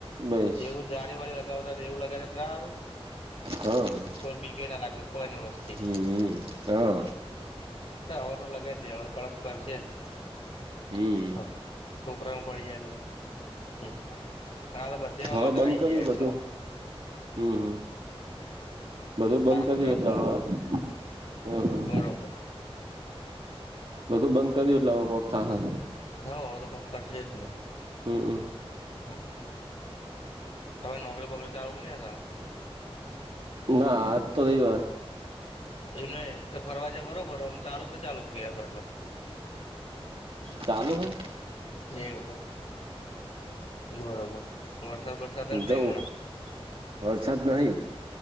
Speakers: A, on the right; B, on the left.
A: બસ
B: એવું જારી વાળી લગાવતા એવું લગી દાય તારું.
A: હા
B: કોણ બીકેય ના લાગે કોઈની વસ્તી
A: હમ હા
B: રવાનું લગાવ દે હવાવે કડક કરશે જ.
A: હમ
B: હા છોકરાઓું પડી જાય એટલે હ અને આ તો બધેમાત્ર
A: હા બંધ
B: આવી
A: કર્યું
B: ગયા એટલે
A: બધું હમ હમ બધું બંધ કર્યું
B: ગુજરાતમાં
A: એટલે હવે. હમ હમ
B: બરોબર
A: બધું બંધ કર્યું એટલેખ થા.
B: હ તો ખબ ખર્ચ જ ન
A: હમ્મ હમ્મ
B: હા તમે નોકરી બકરી ચાલું નહી
A: ના આજ તો થઈ વા
B: એ નહી તો ફરવા જ બરોબરમ ચાલુ કે ને ચાલુ કે હોય એટલે
A: ચાલું હમ
B: જેવું એમ બરોબર વરસાદ વરસાદગ નહી
A: જવું
B: હણા.
A: વરસાદ નહી